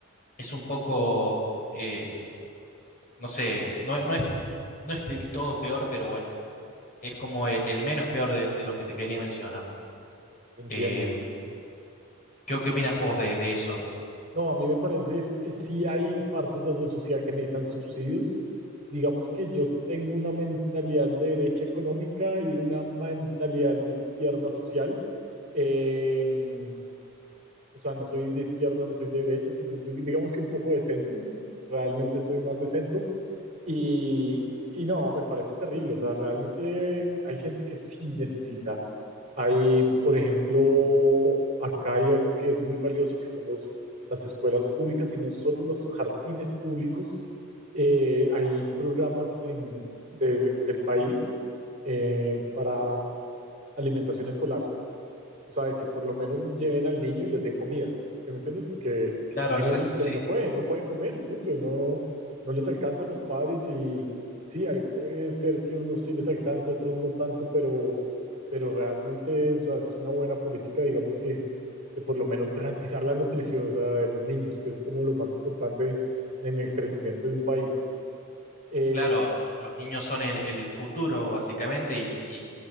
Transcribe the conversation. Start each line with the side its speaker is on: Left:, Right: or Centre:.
Left: es un poco, eh, no sé, no, no es, no es del todo peor, pero bueno. es como el, el menos peor de, de los que te quería mencionar.
Right: Entiendo.
Left: Eh, ¿qué, qué opinas vos de, de eso?
Right: No, a mí me parece es que sí hay partes de la sociedad que necesitan subsidios. Digamos que yo tengo una mentalidad de derecha económica y una mentalidad de izquierda social. Em, o sea, no soy de izquierda, no soy de derecha, sino yo digamos que un poco de centro, realmente soy más de centro y, y no, me parece terrible, o sea, realmente hay gente que sí necesita. Hay, por ejemplo, acá hay algo que es muy valioso, que son los, las escuelas públicas y no solo los jardines públicos. Eh, hay programas en, de- del país eh, para alimentación escolar. O sea, de que por lo menos lleven al niño y les den comida. ¿Sí me entiendes? Porque
Left: Claro,
Right: hay
Left: exacto,
Right: niños que
Left: sí.
Right: no pueden, no pueden comer, punto, y no, no les alcanza a los padres y sí, ahí puede ser que unos sí les alcance, otros no tanto, pero, pero realmente, o sea, es una buena política, digamos que, que por lo menos garantizar la nutrición, o sea, de los niños, que es como lo más importante en el crecimiento de un país. Eh,
Left: Claro, los niños son el, el futuro, básicamente, y, y-